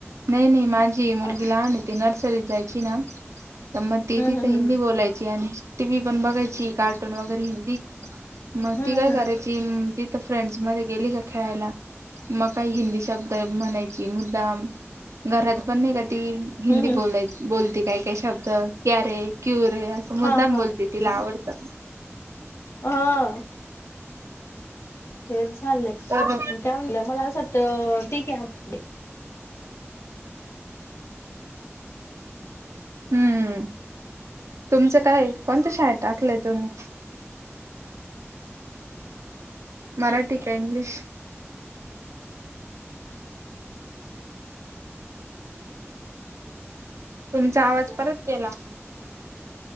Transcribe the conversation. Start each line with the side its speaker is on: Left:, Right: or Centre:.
Right: नाही नाही माझी मुलगी
Left: हम्म
Right: लहान ती नर्सरीत जायची ना. मग ती तिथे
Left: हम्म
Right: हिंदी
Left: हम्म
Right: बोलायची आणि टी व्ही पण बघायची कार्टून वगैरे हिंदी मग
Left: हम्म
Right: ती काय करायची? ती तर फ्रेंड्स मध्ये गेली का खेळायला मग काही हिंदी शब्दबोलायची. म्हणायची मुद्दाम घरात पण नाही का ती
Left: हम्म
Right: हिंदी
Left: हम्म
Right: बोलायची. बोलते काय काय शब्द क्या रे क्यू रे असं मुद्दाम
Left: हा हा
Right: बोलते तिला आवडतं.
Left: हा. तेचं झालंय
Right: तर
Left: काय म्हटलं मला असं वाटतं ठिक आहे आपले.
Right: हम्म, तुमचं काय कोणत्या शाळेत टाकलंय तुम्ही? मराठी काय इंग्लिश? तुमचा आवाज परत गेला.